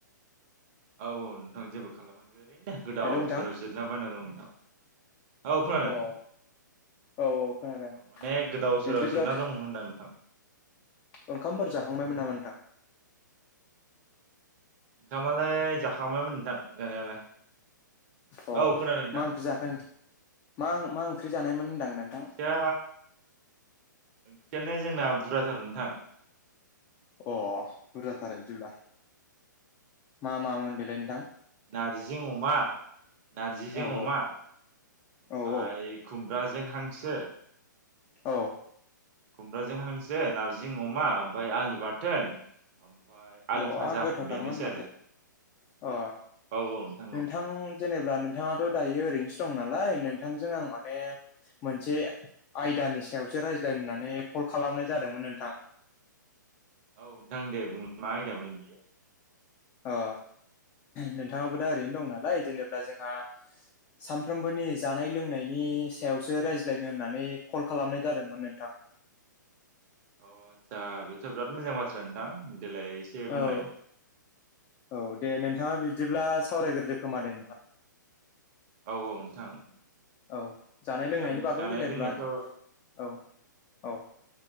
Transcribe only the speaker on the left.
Hello नोंथां
अ औ औ खोनादों
बिब्दिब्ला
ओंखामफोर जाखांबायमोन नामा नोंथां?
अ
मा ओंख्रि जाखो नों मा मा ओंख्रि जानायमोन? होनदां नोंथां
अ बुरजाथार बिदिब्ला मा मामोन बेलाय नोंथां?
औ औ
औ औ
औ
बहा
गोथावथारमोन
माथो
अ
नोंथां
जेनेबा नोंथाङाथ' दायो ओरैनोसो दं नालाय नोंथांजों आं माने मोनसे आयदानि सायावसो रायज्लाय होननानै कल खालामनाय जादोंमोन नोंथां
अ नोंथाङाबो दा ओरैनो दं नालाय जेनेब्ला जोंहा सानफ्रोमबोनि जानाय लोंनायनि सायावसो रायज्लायनो होननानै कल खालामनाय जादोंमोन नोंथां <inaudible>
औ औ दे नोंथाङा बिदिब्ला सावरायग्रोदो खोमा दे नोंथां।
औ जानाय लोंनायनि
बागै
जेनेब्ला
औ औ।